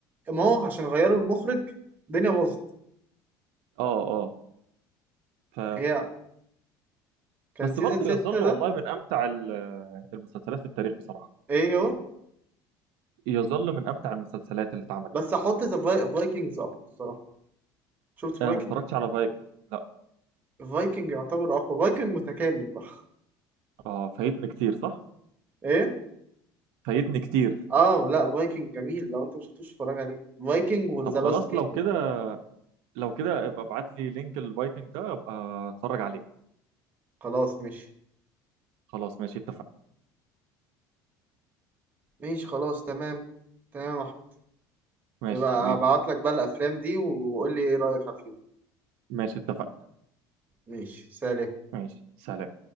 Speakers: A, on the right; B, on the right.
A: ما هو عشان غيروا المخرج الدنيا باظت
B: اه اه ف
A: هي كان
B: بس
A: سيزون
B: برضه
A: 6
B: يظل
A: ده
B: والله من امتع ال- المسلسلات في التاريخ بصراحه
A: ايه هو
B: يظل من امتع المسلسلات اللي اتعملت
A: بس احط ذا فايكنجز اقوى الصراحه شفت فايكنج
B: انا ما اتفرجتش على فايك لا
A: فايكنج يعتبر اقوى فايكنج متكامل بقى
B: اه فايتني كتير صح
A: ايه
B: فايتني كتير
A: اه لا فايكنج جميل لو انت مش شفتوش اتفرج عليه فايكنج وذا
B: طب خلاص
A: لاست كينج
B: لو كده لو كده ابقى ابعت لي لينك الفايكنج ده ابقى اتفرج عليه
A: خلاص ماشي
B: خلاص ماشي اتفق
A: ماشي خلاص تمام تمام يا احمد
B: ماشي
A: يبقى
B: حبيبي
A: ابعت لك بقى الافلام دي وقول لي ايه رايك فيهم
B: ماشي اتفق
A: ماشي سلام
B: ماشي سلام